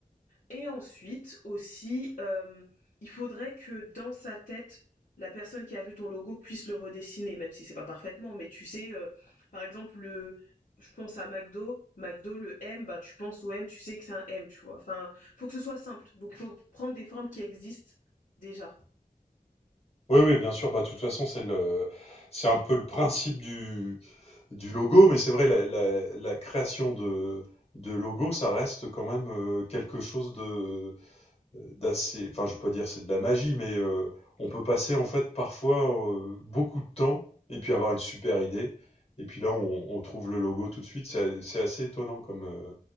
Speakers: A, on the left; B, on the left.
A: Et ensuite aussi, euh, il faudrait que dans sa tête, la personne qui a vu ton logo puisse le redessiner, même si c'est pas parfaitement. Mais tu sais, euh, par exemple, le, je pense à McDo, McDo, le M, bah tu penses au M, tu sais que c'est un M, tu vois. Enfin, faut que ce soit simple. Donc, faut prendre des formes qui existent déjà.
B: Oui, oui, bien sûr. Bah, de toute façon, c'est le, c'est un peu le principe du, du logo, mais c'est vrai, la, la- la création de, de logo, ça reste quand même euh, quelque chose de d'assez. Enfin, je ne vais pas dire c'est de la magie, mais euh, on peut passer en fait parfois euh, beaucoup de temps et puis avoir une super idée. Et puis là, on, on trouve le logo tout de suite. C'est c'est assez étonnant comme, euh,